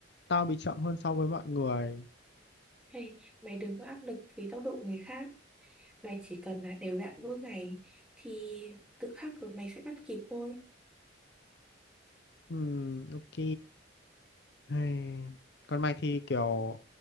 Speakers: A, on the left (about 55°); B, in the centre.
A: tao bị chậm hơn so với mọi người
B: hay mày đừng có áp lực vì tốc độ người khác mày chỉ cần là đều đặn mỗi ngày thì tự khắc rồi mày sẽ bắt kịp thôi
A: Ừm, ok Hay. còn mày thì kiểu